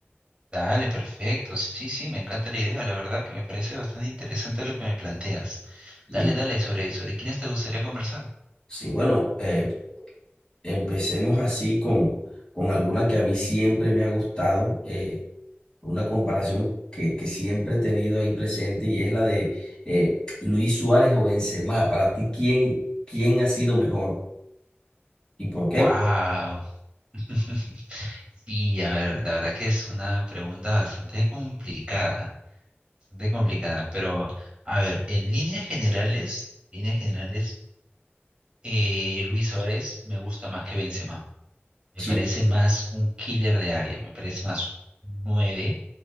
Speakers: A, on the right; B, on the left.
A: Dale, perfecto. Sí, sí, me encanta la idea. La verdad que me parece bastante interesante lo que me planteas.
B: Sí,
A: Dale, dale, sobre, sobre quiénes te gustaría conversar.
B: sí, bueno, eh, empecemos así con, con alguna que a mí siempre me ha gustado. eh, una comparación que, que siempre he tenido ahí presente y es la de eh, Luis Suárez o Benzema. Para ti, ¿quién, quién ha sido mejor? ¿Y por
A: Wow.
B: qué?
A: <laughs> Sí, a ver, la verdad que es una pregunta bastante complicada, bastante complicada, pero a ver, en líneas generales, líneas generales, eh, Luis Suárez me gusta más que Benzema. Me
B: Sí,
A: parece más un killer de área, me parece más nueve